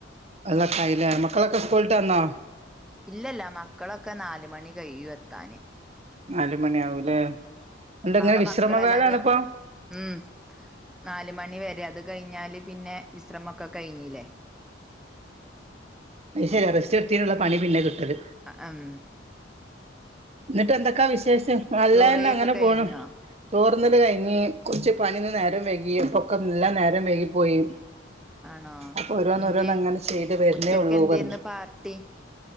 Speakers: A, on the right; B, in the centre.
A: വെള്ളയൊക്കെ ആയില്ലേ മക്കളൊക്കെ സ്കൂളിൾവിട്ട് വന്നോ
B: ഇല്ലയില്ല മക്കളൊക്കെ നാല് മണി കഴിയും എത്താന്
A: നാല് മണിയാവൂലേ
B: ഉം
A: എന്താ ഇങ്ങനെ
B: അവിടെ
A: വിശ്രമവേളാണിപ്പോ
B: മക്കളെല്ലാരും ഉം നാല് മണി വരെ അത്- കഴിഞ്ഞാല് പിന്നെ വിശ്രമൊക്കെ കഴിഞ്ഞല്ലേ
A: അത് ശരി റസ്റ്റ് എടുത്തിതിനുള്ള പണി പിന്നെ കിട്ടല്
B: ആ ആ ഉം
A: എന്നിട്ട് എന്തൊക്കാ വിശേഷം നല്ലന്നെ
B: ചോറയ്യൊക്കെ
A: അങ്ങനെ
B: കഴിഞ്ഞോ
A: പോണം ചോർ- പെട്ടന്ന് തന്നെ കഴിഞ്ഞ് കുറച്ച് പണിന്ന് നേരം വൈകും ഒക്കെ യെല്ലാം നേരം വൈകി പോയി
B: ആണോ
A: അപ്പൊ ഓരോന്ന്
B: എന്ത്യേ
A: ഓരോന്ന് അങ്ങനെ ചെയ്ത് വരുന്നേ
B: ഉച്ചക്ക്
A: ഉള്ളൂ
B: എന്തേന്ന്
A: വ-
B: പാർട്ടി